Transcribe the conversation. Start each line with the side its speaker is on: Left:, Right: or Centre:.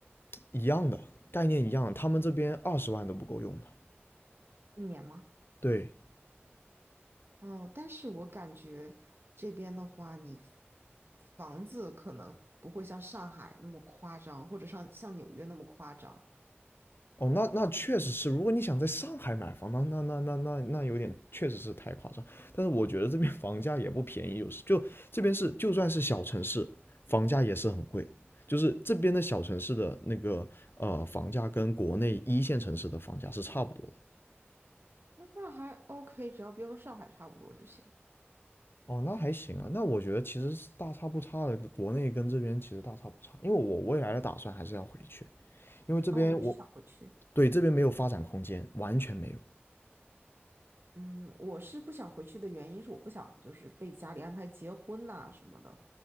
Left: 一样的概念一样，他们这边二十万都不够用的，
Right: 一年吗？
Left: 对，
Right: 哦，但是我感觉这边的话，你房子可能不会像上海那么夸张，或者像像纽约那么夸张。
Left: 哦，那那确实是，如果你想在上海买房，那那那那那那有点确实是太夸张。但是我觉得这边房价也不便宜，有时就这边是就算是小城市，房价也是很贵。就是这边的小城市的那个呃房价跟国内一线城市的房价是差不多的。
Right: 那那还 OK，只要别和上海差不多就行。
Left: 哦，那还行啊，那我觉得其实是大差不差的，国内跟这边其实大差不差。因为我未来的打算还是要回去，因为这边我
Right: 哦，你是想回去？
Left: 对这边没有发展空间，完全没有。
Right: 嗯，我是不想回去的原因是我不想就是被家里安排结婚呐、什么的，